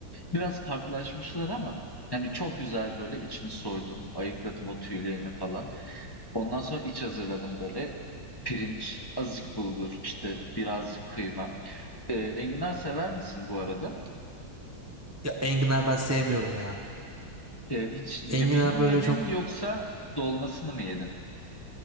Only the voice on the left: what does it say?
Biraz kartlaşmışlar ama, hani, çok güzel böyle içini soydum, ayıkladım o tüylerini falan. Ondan sonra iç hazırladım böyle. Pirinç, azıcık bulgur, işte, birazcık kıyma. Eee, enginar sever misin bu arada?
Eee, hiç yemeğini
mi
yedin
yoksa dolmasını mı yedin?